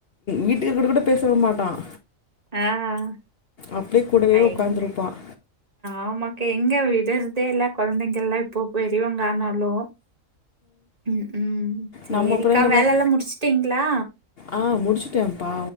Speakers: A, on the left (about 55°); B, on the right (about 30°).
A: வீட்டுக்கார்ட்ட கூட பேச விட மாட்டான்
B: ஆஹ்
A: அப்படியே கூடவே
B: அய்
A: உட்காந்துருப்பான்
B: ஆமாக் எங்க விடற்தே இல்ல கொழந்தைங்கெல்ல இப்போ பெரியவங்க ஆனாலு ம் ம் சேரிக்கா
A: நம்ம அப்புறம் என்ன
B: வேல
A: ப-
B: லா முடிச்சிட்டீங்களா
A: ஆ முடிச்சுட்டேன்ப்பா